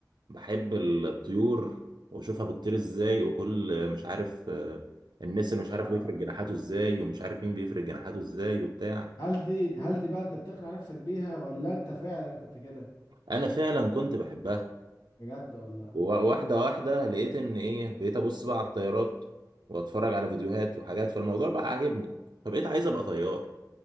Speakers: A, on the right; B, on the left.
A: بحب الطيور واشوفها بتطير ازاي وكل مش عارف آه، النسر مش عارف
B: اه
A: بيفرد جناحاته ازاي ومش عارف مين بيفرد جناحاته ازاي وبتاع
B: هل دي هل دي بقى انت بتقنع نفسك بيها ولا انت فعلا كنت كده
A: انا فعلا كنت بحبها
B: بجد والله
A: وواحده واحده لقيت ان ايه بقيت ابص بقى على الطيارات واتفرج على فيديوهات وحاجات فالموضوع بقى عاجبني فبقيت عايز ابقى طيار